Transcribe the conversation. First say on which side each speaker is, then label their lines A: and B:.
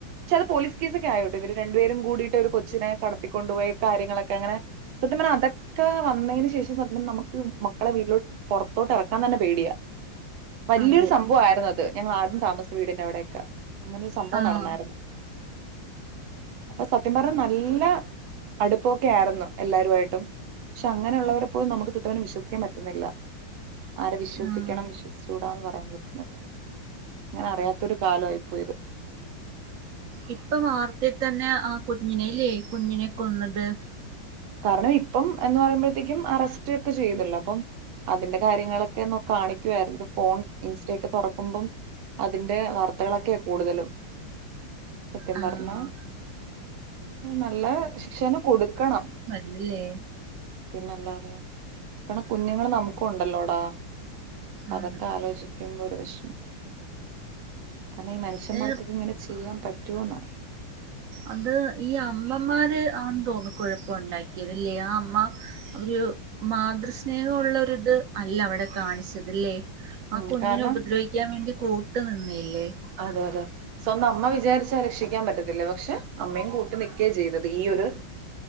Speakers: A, on the right (about 80°); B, on the right (about 70°).
A: ചില പോലീസ് കേസൊക്കെയായി കേട്ടോ, ഇവരു രണ്ടു പേരും കൂടിയിട്ടൊരു കൊച്ചിനെ കടത്തിക്കൊണ്ടുപോയ കാര്യങ്ങളൊക്കെയങ്ങനെ സത്യം പറഞ്ഞാലതൊക്കെ വന്നതിന് ശേഷം സത്യം നമുക്ക്മക്കളെ വീട്ടിലോട്ട് പുറത്തോട്ടിറക്കാൻ തന്നെ പേടിയാ വലിയൊരു
B: അതെ
A: സംഭവമായിരുന്നത്. ഞങ്ങളാദ്യം താമസിച്ചവീടിന്റെയവിടെയൊക്കെ അങ്ങനെയൊരു സംഭവം
B: ആഹ്
A: നടന്നായിരുന്നു. അപ്പൊസത്യം പറഞ്ഞാ നല്ല അടുപ്പമൊക്കെയായിരുന്നു. എല്ലാരുമായിട്ടും പക്ഷെ അങ്ങനെയുള്ളവരെ പോലും നമുക്കു ചുറ്റുവാനും വിശ്വസിക്കാൻ പറ്റുന്നില്ല ആരെ വിശ്വസിക്കണം
B: ആഹ്
A: വിശ്വസിച്ചുകൂടാന്നുപറയാൻ പറ്റുന്നില്ല അങ്ങനെ അറിയാത്തൊരു കാലമായിപ്പോയിത്
B: ഇപ്പൊ വാർത്തേ തന്നെ ആഹ് കുഞ്ഞിനെയില്ലേ കുഞ്ഞിനെ കൊന്നത്
A: കാരണം ഇപ്പം എന്ന് പറയുമ്പോഴത്തേക്കും അറസ്റ്റ് ഒക്കെ ചെയ്തല്ലോ അപ്പം അതിന്റെ കാര്യങ്ങളൊക്കെ ഒന്ന് കാണിക്കുവായിരുന്നു ഫോൺ ഇൻസ്റ്റയൊക്കെ തൊറക്കുമ്പം അതിന്റെ വാർത്തകളൊക്കെയ കൂടുതലും സത്യം
B: ആഹ്
A: പറഞ്ഞ നല്ല ശിക്ഷ തന്നെ കൊടുക്കണം
B: ഇല്ലേ
A: പിന്നെ അല്ലാതെ കാരണം കുഞ്ഞുങ്ങള് നമുക്കു ഒണ്ടല്ലോടാ അതൊക്കെ
B: ആണ്
A: ആലോചി ക്കുമ്പോ ഒരു വെഷമം കാരണം ഈ മനുഷ്യന്മാർക്കൊക്കെ
B: പക്ഷെ
A: ഇങ്ങനെ ചെയ്യാൻ പറ്റുമോന്നാ
B: അത് ഈ അമ്മമാര് ആണ് തോന്നുന്നു കുഴപ്പം ഒണ്ടാക്കിയത് അല്ലേ ആ അമ്മ ഒരു മാതൃസ്നേഹം ഉള്ള ഒരിത് അല്ല അവിടെ കാണിച്ചത് ഇല്ലേ
A: ഉം
B: ആഹ് കുഞ്ഞിനെ
A: കാരണം
B: ഉപദ്രവിക്കാൻ വേണ്ടി കൂട്ട് നിന്നില്ലേ
A: അതെ അതെ സ്വന്തം അമ്മ വിചാരിച്ചാൽ രക്ഷിക്കാൻ പറ്റത്തില്ലേ പക്ഷെ അമ്മയും കൂട്ട് നിക്കുക ചെയ്തത് ഈ ഒരു